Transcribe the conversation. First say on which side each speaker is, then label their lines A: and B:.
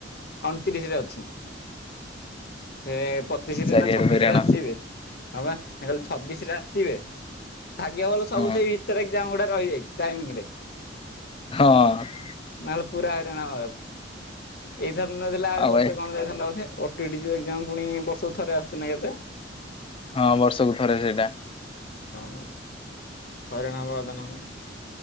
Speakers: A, on the left; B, on the left.
A: ଅଣତିରିଶରେ ଅଛି। ହେ ପଚିଶି ରେ
B: ଚାରିଆଡୁ
A: ନା ଛବିଶି
B: ହଇରାଣ
A: ରେ ଆସିବେ। ହଁ ପା ମୁଁ କହିଲି ଛବିଶି ରେ ଆସିବେ ଭାଗ୍ୟ ଭଲ ସବୁ
B: ହଁ
A: ସେଇ ଭିତରେ ଏକ୍ସାମ୍ ଗୁଡ଼ା ହେ ରହିଯାଇଚି ଟାଇମ ରେ।
B: ହଁ।
A: ନହେଲେ ପୁରା ହଇରାଣ ହବା କଥା। ଏଇ ଥର ନ ଦେଲେ ଆହୁରି
B: ଆଉ
A: ବର୍ଷେ
B: ଏ
A: କଣ ଯାଇଥାନ୍ତ ବୋଧେ? ତିଡି ଯଉ ଏକଜାମ ପୁଣି ବର୍ଷକୁ ଥରେ ଆସୁଚି ନା ବୋଧେ।
B: ହଁ ବର୍ଷକୁ ଥରେ ସେଇଟା।
A: ହଁ ପା ହଇରାଣ ହବା କଥା ନହେଲେ।